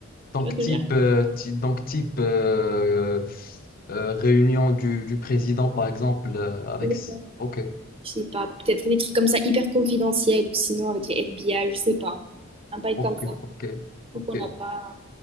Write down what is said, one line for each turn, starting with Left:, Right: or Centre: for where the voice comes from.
Left: Donc
Right: Tu vois ce
Left: type,
Right: que je veux dire?
Left: euh, ti- donc type euh, euh, réunion du, du président, par exemple, euh, avec...
Right: Ou,
Left: Ok.
Right: Je sais pas, peut-être des trucs comme ça, hyper confidentiels, ou sinon avec les FBI, je sais pas. Un bail
Left: Ok,
Right: comme ça.
Left: ok,
Right: Faut
Left: ok.
Right: qu'on n'a pas